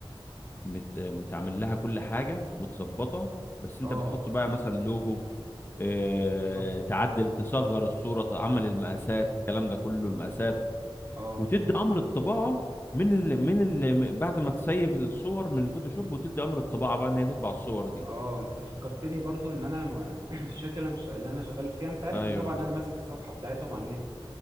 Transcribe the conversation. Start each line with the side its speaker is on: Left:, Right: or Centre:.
Left: مت... متعمل لها كل حاجه متظبطه بس انت
Right: اه
Left: بتحط بقى مثلا لوجو اه...
Right: بالظبط
Left: تعدل تصغر الصوره تعمل المقاسات الكلام ده كله المقاسات
Right: اه
Left: وتدي امر الطباعه من ال... من ال... بعد ما تسيف الصور من الفوتوشوب وتدي امر الطباعه بقى ان هي تطبع الصور دي
Right: اه انت فكرتني برضو ان انا لما <clears throat> في الشركة اللي انا كنت اللي انا شغال فيها انت عارفني
Left: ايوه
Right: طبعا إن انا ماسك الصفحة بتاعتهم على النت